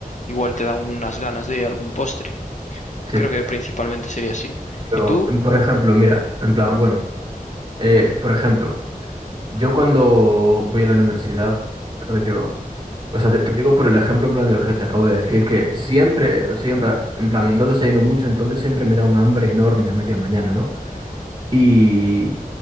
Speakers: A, on the left; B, on the right.
A: igual te da unas ganas de algún postre.
B: sí.
A: Creo que principalmente sería así.
B: Pero,
A: ¿Y tú?
B: por ejemplo, mira, en plan, bueno, eh, por ejemplo. Yo cuando voy a la universidad, rollo, o sea, te, te digo por el ejemplo en plan de lo que te acabo de decir, que siempre, siempre, en plan, no desayuno mucho, entonces siempre me da un hambre enorme a media mañana, ¿no? Y,